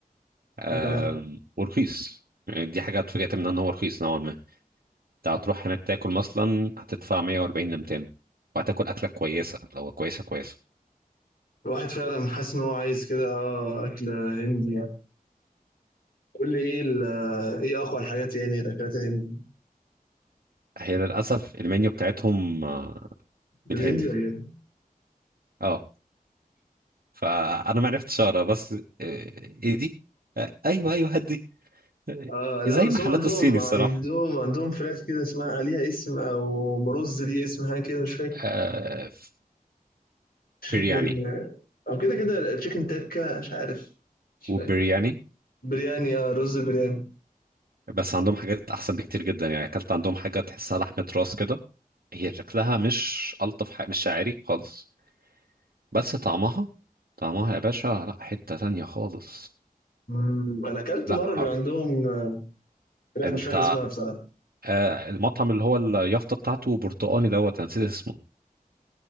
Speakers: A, on the left; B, on the right.
A: آه.
B: أم، ورخيص يعني دي حاجه اتفاجئت منها ان هو رخيص نوعا ما انت هتروح هناك تاكل مثلا هتدفع 140 ل 200 وهتاكل اكله كويسه لو كويسه كويسه
A: الواحد فعلا حاسس ان هو عايز كده اه اكل هندي يعني قول لي ايه ال- ايه اقوى الحاجات يعني الاكلات الهندي
B: هي للاسف المنيو بتاعتهم آه،
A: بالهندي
B: بالهندي
A: ولا ايه؟
B: اه فانا ما عرفتش اقرا بس آه، ايه دي آه، ايوه ايوه هدي آه،
A: اه لا
B: زي
A: بس
B: محلات
A: هم عندهم
B: الصيني
A: عندهم
B: الصراحه
A: عندهم فراخ كده اسمها عليها اسم او برز ليه اسم حاجه كده مش فاكر
B: آه،
A: تشيكن
B: برياني
A: او كده كده تشيكن تكه مش عارف مش
B: وبرياني
A: فاكر برياني اه رز البرياني
B: بس عندهم حاجات احسن بكتير جدا يعني اكلت عندهم حاجه تحسها لحمه راس كده هي شكلها مش الطف حاجه مش شاعري خالص بس طعمها طعمها يا باشا لا حته تانية خالص
A: مم، انا اكلت
B: لا
A: مره
B: حرف
A: بيبقى عندهم فراخ
B: انت
A: مش فاكر اسمها بصراحه
B: آه، المطعم اللي هو اليافطه بتاعته برتقاني دوت أنا نسيت اسمه